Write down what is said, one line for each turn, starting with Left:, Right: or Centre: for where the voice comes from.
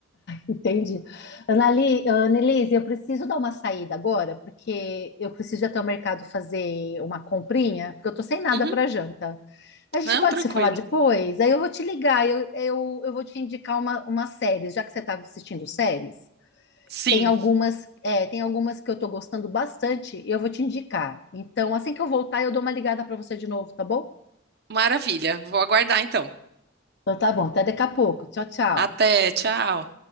Left: entendi. Anali, Annelise, eu preciso dar uma saída agora, porque eu preciso ir até o mercado fazer uma comprinha, porque eu tô sem nada
Right: Uhum,
Left: para janta. A gente
Right: não,
Left: pode
Right: tranquilo.
Left: se falar depois? Aí eu vou te ligar, eu, eu, eu vou te indicar uma, uma série, já que você estava assistindo séries.
Right: Sim,
Left: Tem algumas, é, tem algumas que eu tô gostando bastante e eu vou te indicar. Então, assim que eu voltar, eu dou uma ligada para você de novo, tá bom?
Right: maravilha. Vou aguardar então.
Left: Então tá bom, até daqui a pouco. Tchau, tchau.
Right: Até, tchau.